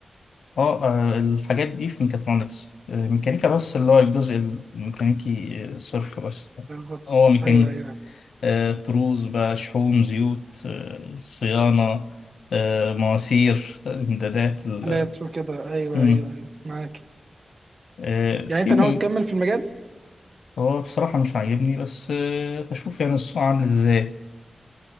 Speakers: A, on the left (about 85°); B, on the right (about 60°).
A: آه، الحاجات دي في ميكاترونكس آه، ميكانيكا بس اللي هو الجزء الميكانيكي آه، صرف بس
B: بالظبط
A: هو ميكانيكا
B: ايوه ايوه أيوة.
A: آه، طروز بقى شحوم زيوت آه، صيانة آه، مواسير آه، امدادات ال...
B: لا ترو كده ايوه
A: مم.
B: ايوه ايوه معاك
A: آه، في
B: يعني انت ناوي
A: م-
B: تكمل في المجال
A: هو بصراحة مش عاجبني بس آه، هشوف يعني السوق عامل ازاي